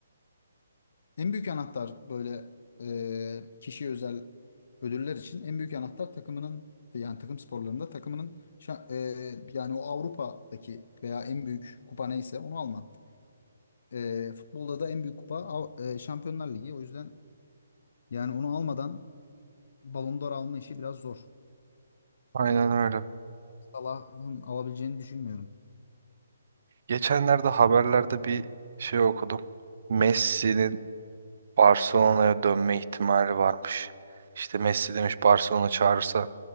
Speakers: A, on the left (about 60°); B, on the right (about 55°).
A: En büyük anahtar böyle e, kişiye özel ödüller için en büyük anahtar takımının yani takım sporlarında takımının şa- e, yani o Avrupa'daki veya en büyük kupa neyse onu alma. E, futbolda da en büyük kupa Av- e, Şampiyonlar Ligi. O yüzden yani onu almadan Ballon d'Or alma işi biraz zor.
B: Aynen öyle.
A: Salah'ın alabileceğini düşünmüyorum.
B: Geçenlerde haberlerde bir şey okudum. Messi'nin Barcelona'ya dönme ihtimali varmış. İşte Messi demiş Barcelona çağırırsa